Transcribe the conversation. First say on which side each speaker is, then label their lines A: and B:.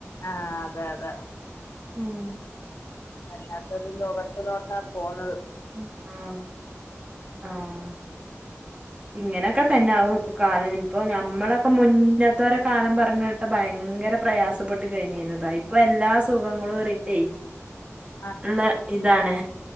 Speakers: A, on the left; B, on the right.
A: ആഹ് അതെ അതെ
B: ഉം
A: വല്ലാത്ത ഒരുലോകത്തിലോട്ടാ പോകുന്നത്
B: ഉ ആം ആം ഇങ്ങനെയൊക്കെ തന്നെ ആകും കാലം ഇപ്പൊ ഞമ്മളൊക്കെ മുന്നത്തെ വരെ കാലം പറഞ്ഞ ഭയങ്കര പ്രയാസപ്പെട്ട് കഴിഞ്ഞിരുന്നതാ ഇപ്പൊ എല്ലാ സുഖങ്ങളും ഏറിയിട്ടേ
A: <inaudible>
B: ഉള്ള ഇതാണ്